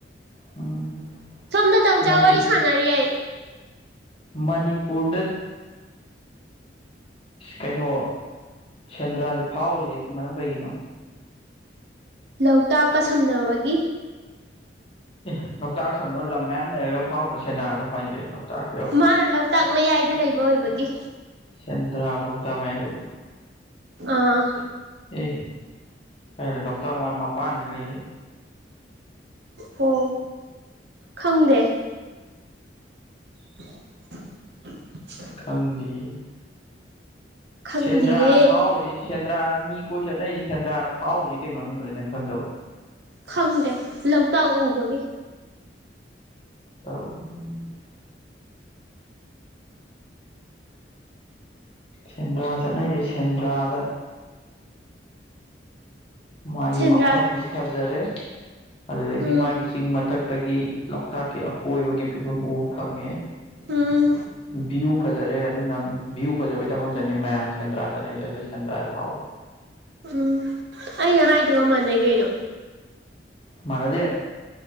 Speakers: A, on the left; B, on the right.
A: ꯎꯝ
B: ꯁꯣꯝꯗ ꯇꯝꯆꯥ
A: ꯃꯟ
B: ꯋꯥꯔꯤ ꯁꯥꯟꯅꯔꯤꯌꯦ
A: ꯃꯅꯤꯄꯨꯔꯗ ꯀꯩꯅꯣ ꯁꯦꯟꯗ꯭ꯔꯥꯁꯦ ꯐꯥꯎꯔꯤꯁꯦ ꯃꯔꯝ ꯀꯩꯒꯤꯅꯣ
B: ꯂꯧꯇꯥꯛꯀ ꯁꯝꯅꯕꯒꯤ
A: ꯑꯦ ꯂꯣꯛꯇꯥꯛ ꯁꯝꯅꯔ ꯂꯝ ꯃꯌꯥꯝ ꯂꯩꯔꯒ ꯐꯥꯎꯗꯔ ꯁꯦꯟꯗꯔꯥ ꯇꯡ ꯐꯥꯎꯔꯤ ꯀꯩ ꯂꯣꯛꯇꯥꯛꯇ
B: ꯃꯥꯅ ꯂꯣꯛꯇꯥꯛ ꯃꯌꯥꯏꯗ ꯂꯩꯕ ꯑꯣꯏꯕꯒꯤ
A: ꯁꯦꯟꯗ꯭ꯔꯥꯕꯨ ꯂꯣꯛꯇꯥꯛ ꯃꯌꯥꯏ ꯂꯩꯕꯔꯣ
B: ꯑꯥ
A: ꯑꯦ ꯀꯥꯏꯗꯩ ꯂꯣꯛꯇꯥꯛ ꯃꯣꯏ ꯃꯄꯥꯟꯗꯅꯤ ꯂꯩꯔꯤꯁꯦ
B: ꯑꯣ ꯈꯪꯗꯦ <unintelligible>
A: ꯈꯪꯗꯦꯌꯦ
B: ꯈꯪꯗꯤꯌꯦ
A: ꯁꯦꯟꯗ꯭ꯔꯥꯅ ꯐꯥꯎꯔꯤꯁꯦ ꯁꯦꯟꯗ꯭ꯔꯥ ꯃꯤ ꯀꯣꯏ ꯆꯠꯅꯩꯁꯤ ꯁꯦꯟꯗ꯭ꯔꯥꯅ ꯐꯥꯎꯔꯤꯁꯤ ꯀꯩ ꯃꯔꯝꯒꯤꯅꯣꯖꯦ ꯅꯪ ꯈꯪꯗꯕ
B: ꯈꯪꯗꯦ ꯂꯧꯇꯥꯛ ꯎꯕꯒꯤ
A: ꯇ ꯎꯕꯒꯤꯌꯦ ꯁꯦꯟꯗ꯭ꯔꯥ ꯆꯠꯅꯩꯁꯦ ꯁꯦꯟꯗ꯭ꯔꯥꯗ ꯃꯥꯒꯤ
B: ꯁꯦꯟꯗ꯭ꯔꯥꯗ
A: ꯃꯐꯝꯁꯨ ꯐꯖꯔꯦ ꯑꯗꯨꯗꯒꯤ
B: ꯎꯝ
A: ꯃꯥꯒꯤ ꯆꯤꯡ ꯃꯊꯛꯇꯒꯤ ꯂꯣꯛꯇꯥꯛꯀꯤ ꯑꯀꯣꯏꯕꯒꯤ ꯐꯤꯕꯝ ꯎꯕ ꯐꯪꯉꯦ
B: ꯎꯝ
A: ꯚ꯭ꯌꯨ ꯐꯖꯔꯦ ꯑꯗꯨꯅ ꯚ꯭ꯌꯨ ꯐꯖꯕꯩꯗꯃꯛꯇꯅꯤ ꯃꯌꯥꯝ ꯁꯦꯟꯗ꯭ꯔꯥ ꯆꯠꯅꯩꯁꯦ ꯑꯗꯒꯤ ꯁꯦꯟꯗ꯭ꯔꯥ ꯐꯥꯎꯔꯦ
B: ꯎꯝ ꯑꯩꯅ ꯍꯥꯏꯗꯨꯒ ꯃꯥꯟꯅꯩ ꯀꯩꯅꯣ
A: ꯃꯥꯟꯅꯗꯦ